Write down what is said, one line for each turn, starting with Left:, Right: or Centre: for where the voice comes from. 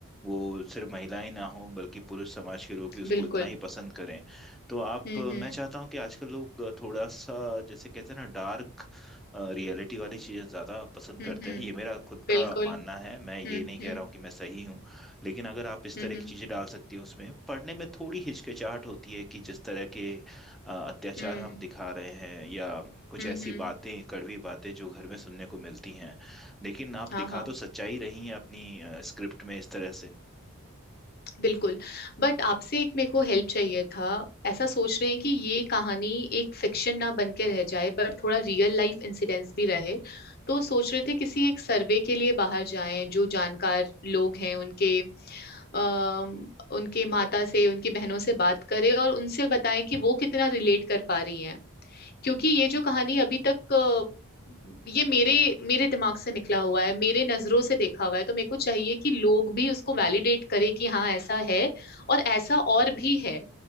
Centre: वो सिर्फ महिलाएं ना हों बल्कि पुरुष समाज के लोग भी उसको
Left: बिल्कुल
Centre: इतना ही पसंद करें तो आप
Left: हम्म हम्म
Centre: मैं चाहता हूँ कि आजकल लोग थोड़ा सा जैसे कहते हैं ना डार्क रियलिटी वाली चीज़ें ज़्यादा पसंद
Left: हम्म
Centre: करते
Left: हम्म,
Centre: हैं ये मेरा खुद
Left: बिल्कुल
Centre: का मानना है मैं ये
Left: हम्म हम्म
Centre: नहीं कह रहा हूँ कि मैं सही हूँ लेकिन अगर आप इस
Left: हम्म
Centre: तरह की चीज़ें डाल सकती हो उसमें पढ़ने में थोड़ी हिचकिचाहट होती है कि जिस तरह के अ, अत्याचार
Left: हम्म
Centre: हम दिखा रहे हैं या कुछ
Left: हम्म
Centre: ऐसी
Left: हम्म,
Centre: बातें कड़वी बातें जो घर में सुनने को मिलती हैं लेकिन आप
Left: हाँ
Centre: दिखा
Left: हाँ
Centre: तो सच्चाई रही हैं अपनी स्क्रिप्ट में इस तरह से
Left: बिल्कुल बट आपसे एक मेरे को हेल्प चाहिए था ऐसा सोच रहे हैं कि ये कहानी एक फिक्शन ना बन के रह जाए बट थोड़ा रियल लाइफ इंसिडेंट्स भी रहे तो सोच रहे थे किसी एक सर्वे के लिए बाहर जाएं जो जानकार लोग हैं उनके अम उनके माता से उनकी बहनों से बात करें और उनसे बताएं कि वो कितना रिलेट कर पा रही हैं क्योंकि ये जो कहानी अभी तक अ, ये मेरे मेरे दिमाग से निकला हुआ है मेरे नजरों से देखा हुआ है तो मेरे को चाहिए कि लोग भी उसको वैलिडेट करें कि हाँ ऐसा है और ऐसा और भी है